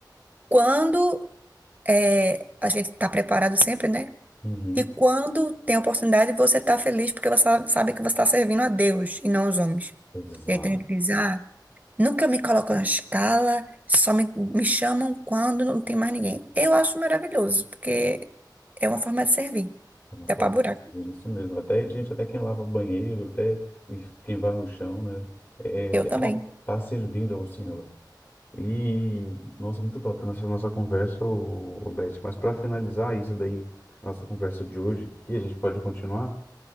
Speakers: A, on the right; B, on the left.
A: Quando é, a gente está preparado sempre, né?
B: Uhum.
A: E quando tem oportunidade, você está feliz porque você sabe que você está servindo a Deus e não aos homens.
B: Exato.
A: E aí tem gente que diz, ah, Nunca me colocam na escala, só me, me chamam quando não tem mais ninguém. Eu acho maravilhoso, porque é uma forma de servir.
B: É uma
A: Dá
B: forma
A: pra buraco.
B: de- Isso mesmo. Até, gente, até quem lava banheiro, até quem varre o chão, né? É,
A: Eu também.
B: é uma- tá servindo ao Senhor. E, nossa, muito top nossa, nossa conversa, o, Beth. Mas para finalizar isso daí, nossa conversa de hoje, que a gente pode continuar,